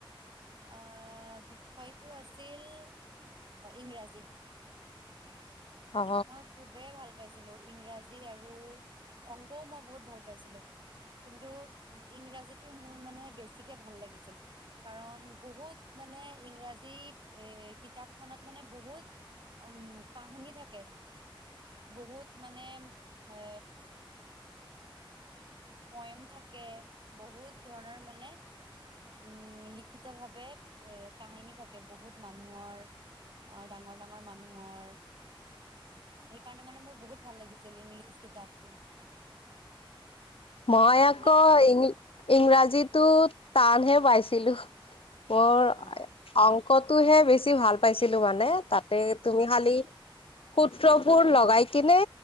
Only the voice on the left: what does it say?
অ
মই
আকৌ ইং ইংৰাজীটোত টানহে পাইছিলো। প <unintelligible>
ক'তোহে বেছি ভাল পাইছিলো মানে তাত
তুমি খালি সূত্ৰবোৰ লগাই কিনে